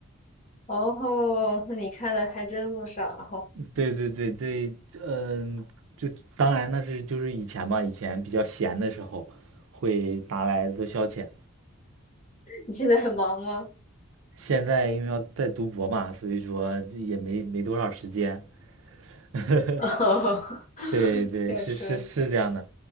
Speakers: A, on the left; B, on the right.
A: 哦，那你看的还真不少。<laughs>
B: 对对对对，嗯，就当然那是就是以前吧，以前比较闲的时候会拿来做消遣。
A: 你现在很忙吗？
B: 现在因为要在读博嘛，所以说也没没多少时间。<laughs>
A: <laughs> 哦
B: 对对，
A: 也是，
B: 是是是这样的，